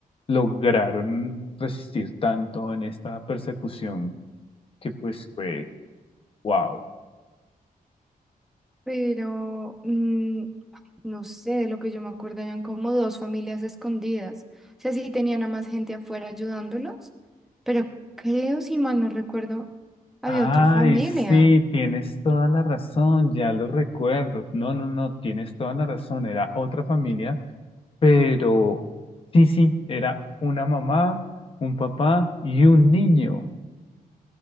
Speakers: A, on the left (about 40°); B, in the centre.
A: lograron resistir tanto en esta persecución que pues fue Wow.
B: Pero mm, No sé, de lo que yo me acuerdo eran como dos familias escondidas. O sea, sí tenían a más gente afuera ayudándolos, pero creo, si mal no recuerdo, había
A: Ay,
B: otra familia.
A: sí, tienes toda la razón, ya lo recuerdo. No, no, no, tienes toda la razón. Era otra familia, pero sí, sí, era una mamá, un papá y un niño.